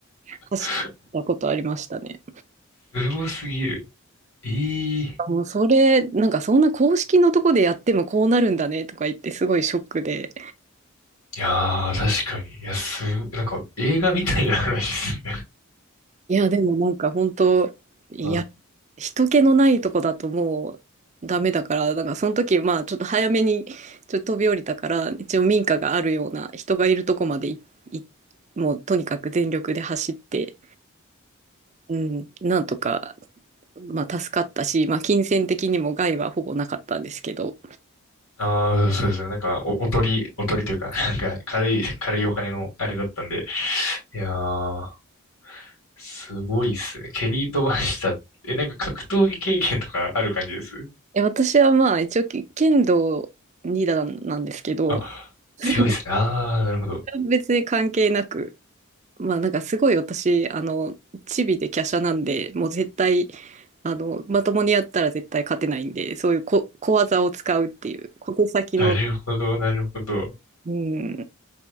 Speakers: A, on the left (about 75°); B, on the right (about 35°).
A: <laughs>
B: 走ってたことありましたね。
A: すごすぎる。ええ、
B: もうそれ、なんかそんな公式のとこでやってもこうなるんだねとか言ってすごいショックで。
A: いやー、確かに。いや、す、なんか映画みたいな話ですね。
B: いや、でもなんか本当、いや、
A: <laughs> ま
B: 人気のないとこだともうダメだから、なんかその時、まあちょっと早めにちょっと飛び降りたから、一応民家があるような人がいるとこまでい、いもうとにかく全力で走って、うん、なんとか、まあ助かったし、まあ金銭的にも害はほぼなかったんですけど。
A: あああ、そうですね。なんか、お、おとり、おとりというか、<laughs> なんか、軽い、軽いお金のあれだったんで。いやー、すごいっすね。蹴り飛ばした。え、なんか格闘技経験とかある感じです
B: え、私はまあ一応け剣道に段なんですけど、
A: あ、
B: <laughs>
A: 強いですね。ああ、なるほど。
B: 別に関係なく、まあなんかすごい私、あの、チビで華奢なんで、もう絶対、あの、まともにやったら絶対勝てないんで、そういう小、小技を使うっていう、小手先の、
A: なるほど、なるほど。
B: うん。